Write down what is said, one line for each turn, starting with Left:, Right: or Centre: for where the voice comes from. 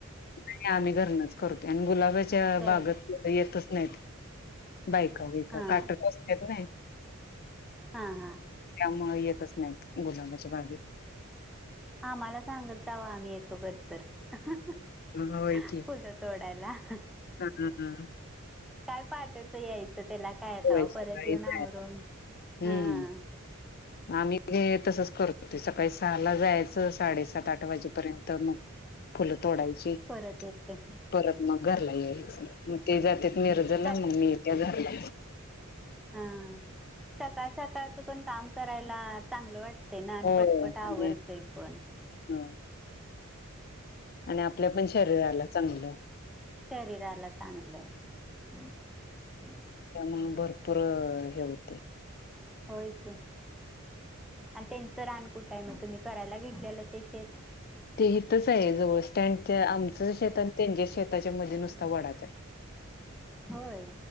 Left: नाही आम्ही घरनच करतोय आणि गुलाबाच्या
Centre: कर
Left: बागत फुल येतच नाहीत. बायका बियका
Centre: हां
Left: काट टोचत्यात नाय <inaudible>
Centre: हां हां
Left: त्यामुळ येत तच नाहीत गुलाबाच्या बागेत.
Centre: आम्हाला सांगत जावा आम्ही येतो कधी तर. <inaudible>
Left: होय की
Centre: फुलं तोडायला. <inaudible>
Left: हा हा हा.
Centre: काय पहाटेचं यायचं. त्याला काय
Left: होय
Centre: तवा
Left: सकाळी
Centre: परत येऊन
Left: जाय
Centre: आवरून
Left: हम्म
Centre: हा <inaudible>
Left: आम्ही तसच करत होते सकाळी सहाला जायचं साडेसात, आठ वाजेपर्यंत मग फुल तोडायची.
Centre: परत येते
Left: <inaudible> परत मग घरला यायचं मग ते जातात मि रजला
Centre: सक
Left: मग मी येत्या घरला.
Centre: हा सकाळ-सकाळच पण काम करायला चांगलं वाट ते ना अन
Left: होय
Centre: पटपट
Left: म्हणजे
Centre: आवरतेय पण.
Left: ह आणि आपल्या पण शरीराला चांगलं.
Centre: शरीरला चांगलं <inaudible>
Left: त्यामुळ भरपूर हे होतय.
Centre: होय की. आणि त्यांचं रान कुठं आहे मग तुम्ही करायला घेतलेलं ते शेत.
Left: ते इथंच आहे जवळ स्टँडच्या आमचं शेत आणि त्यांच्या शेताच्या मध्ये नुसता वडाच आहे
Centre: होय,